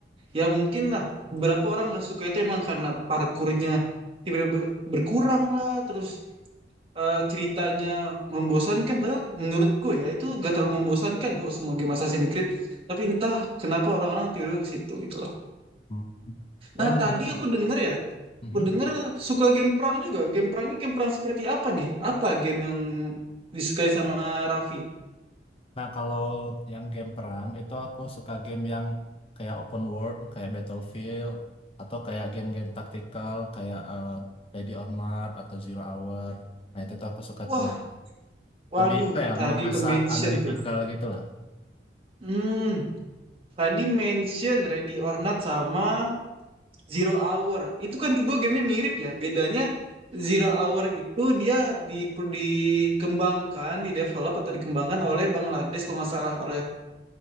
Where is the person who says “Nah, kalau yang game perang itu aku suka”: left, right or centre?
Left